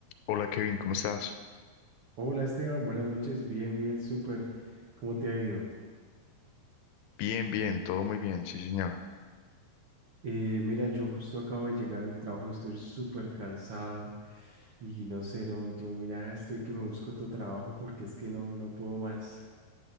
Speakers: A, on the left (about 80°); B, on the right (about 80°).
A: Hola Kevin, ¿cómo estás?
B: Hola Esteban, buenas noches, bien, bien, súper. ¿Cómo te ha ido?
A: Bien, bien, todo muy bien, sí señor.
B: Eh, mira, yo justo acabo de llegar del trabajo y estoy súper cansado y no sé, no, yo ya estoy que me busco otro trabajo porque es que no, no puedo más.